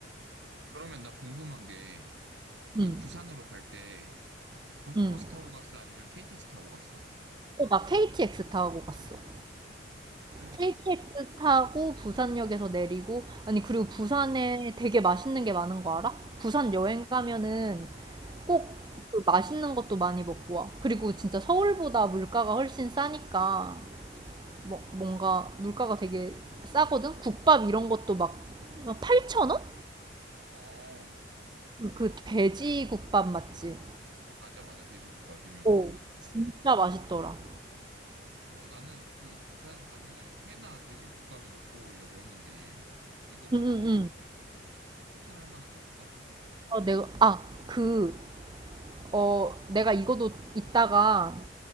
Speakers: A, on the right (about 65°); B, on the right (about 25°).
A: 그러면 나 궁금한 게, 그
B: 응,
A: 부산으로 갈 때 고속버스
B: 응.
A: 타고 갔어? 아니면 KTX 타고 갔어?
B: 어, 나 KTX 타고 갔어.
A: KTX?
B: KTX 타고 부산역에서 내리고, 아니, 그리고
A: 응,
B: 부산에 되게 맛있는 게 많은 거 알아? 부산 여행 가면은
A: 어.
B: 꼭 그 맛있는 것도 많이 먹고 와. 그리고 진짜 서울보다 물가가 훨씬 싸니까, 뭐, 뭔가 물가가 되게 싸거든? 국밥 이런 것도 막 8,000원?
A: 어,
B: 그 돼지 국밥 맞지?
A: 맞아, 맞아. 돼지국밥 유명하잖아.
B: 오 진짜 맛있더라.
A: 어, 나는 그 부산 가면은 회나 돼지국밥 먹고 오려고 했는데, 이거 말고
B: 응응응.
A: 또 추천할 만한 거 있어?
B: 어, 내가 아, 그 어, 내가 이거도 이따가